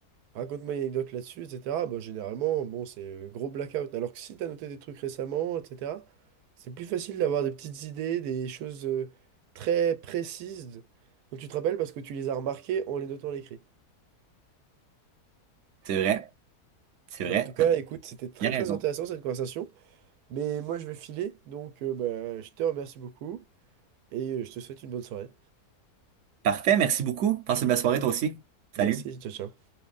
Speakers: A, on the right; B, on the right.
A: raconte-moi une anecdote là-dessus, etc. Bah, généralement, bon, c'est euh, gros blackout. Alors que si t'as noté des trucs récemment, etc., c'est plus facile d'avoir des petites idées, des choses euh, très précises dont tu te rappelles parce que tu les as remarquées en les notant à l'écrit.
B: C'est vrai. C'est vrai.
A: Bah, en tout cas,
B: T'as
A: écoute, c'était très
B: bien
A: très
B: raison.
A: intéressant cette conversation. Mais moi, je vais filer, donc euh, bah, je te remercie beaucoup et euh, je te souhaite une bonne soirée.
B: Parfait. Merci beaucoup. Passe une belle soirée toi aussi.
A: Merci,
B: Salut.
A: ciao ciao.